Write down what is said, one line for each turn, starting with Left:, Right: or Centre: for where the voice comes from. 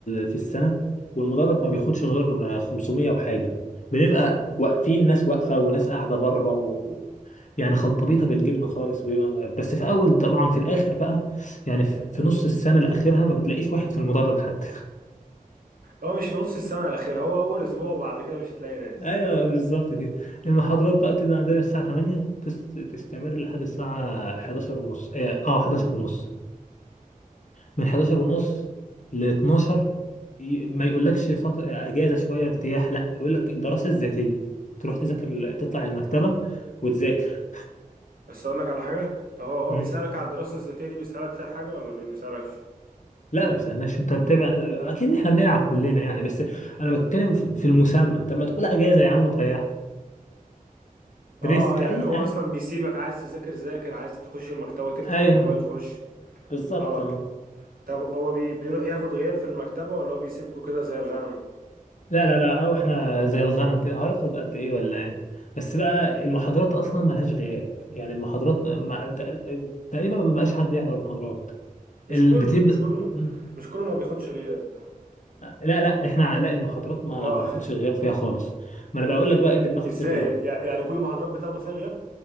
Left: في السنه والمدرج ما بياخدش غير 500 وحاجه بنبقى واقفين ناس واقفه وناس قاعده بره و... يعني خلطبيطه بالجبنه خالص بيبقى بس في اول طبعا في الاخر بقى يعني في في نص السنه الاخيرها ما بتلاقيش واحد في المدرج حتى <laughs>
Right: هو مش في نص السنة الأخيرة هو أول أسبوع وبعد كده مش هتلاقي ناس
Left: ايوه بالظبط كده المحاضرات بقى بتبدا عندنا الساعه 8 تس... تستمر لحد الساعه 11 ونص اه آه، 11 ونص من 11 ونص ل 12 ي- ما يقولكش فترة اجازه شويه ارتياح لا يقول لك الدراسه الذاتيه تروح تذاكر تطلع المكتبه وتذاكر
Right: بس أقول لك على حاجة طب هو هو
Left: مم.
Right: بيسألك على الدراسة الذاتية دي بيسألك فيها حاجة ولا ما بيسألكش؟
Left: لا ما بيسالناش انت بتبقى اكيد احنا بنلعب كلنا يعني بس انا بتكلم في في المسمى طب ما تقول اجازه يا عم وتريح
Right: اه
Left: ريسك
Right: اه يعني
Left: اي
Right: هو
Left: حاجه
Right: أصلا بيسيبك عايز تذاكر ذاكر عايز تخش المكتبة تفتح
Left: ايوه
Right: الموبايل خش
Left: بالظبط
Right: اه
Left: اه
Right: طب هو بي بيروح ياخد غياب في المكتبة ولا هو بيسيبكوا كده زي الغنم؟
Left: لا لا لا او احنا زي الغنم كده هياخد قد ايه ولا ايه بس بقى المحاضرات اصلا ملهاش غياب يعني المحاضرات ما- تقريبا ما بيبقاش حد يحضر المحاضرات
Right: مش
Left: ال-
Right: كله
Left: بتبدا
Right: مش كله
Left: مم.
Right: مش كله ما بياخدش غياب
Left: لا لا احنا لا المحاضرات ما
Right: اه
Left: بناخدش غياب فيها خالص ما انا بقول لك بقى ايه اللي بناخد
Right: ازاي
Left: فيه غياب
Right: يعني كل المحاضرات بتاخدوا فيها غياب؟